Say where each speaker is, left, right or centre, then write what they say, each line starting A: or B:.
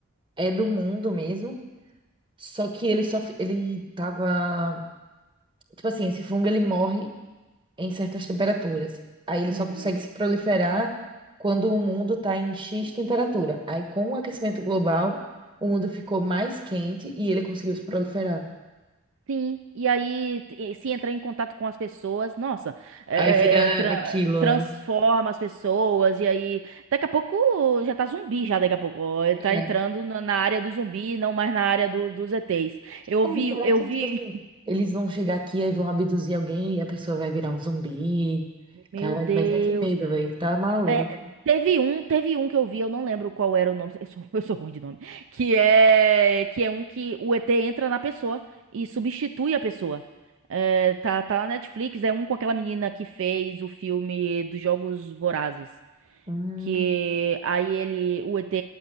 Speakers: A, on the right (about 25°); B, on the right (about 65°).
A: é do mundo mesmo, Só que ele só, fi- ele tava, tipo assim, esse fungo ele morre em certas temperaturas. Aí ele
B: Uhum.
A: só consegue se proliferar quando o mundo tá em X temperatura. Aí com o aquecimento
B: uhum.
A: global, o mundo ficou mais quente e ele conseguiu se proliferar.
B: Sim, e aí t- se entrar em contato com as pessoas, nossa, é,
A: Aí vira
B: é, tra-
A: aquilo,
B: transforma
A: né?
B: as pessoas, e aí daqui a pouco já tá zumbi, já daqui a pouco, ó, ele
A: É.
B: tá entrando na, na área do zumbi, não mais na área do- dos ETs. Eu
A: É,
B: vi,
A: será
B: eu
A: que,
B: vi,
A: tipo assim, eles vão chegar aqui e vão abduzir alguém e a pessoa vai virar um zumbi?
B: meu
A: Cara,
B: Deus.
A: imagina que medo, velho. Tá maluco.
B: É, teve um, teve um que eu vi, eu não lembro qual era o nome, eu sou, <laughs> eu sou ruim de nome, que é que é um que o ET entra na pessoa e substitui a pessoa. É, tá, tá na Netflix, é um com aquela menina que fez o filme dos Jogos Vorazes.
A: Hum,
B: Que aí ele, o ET,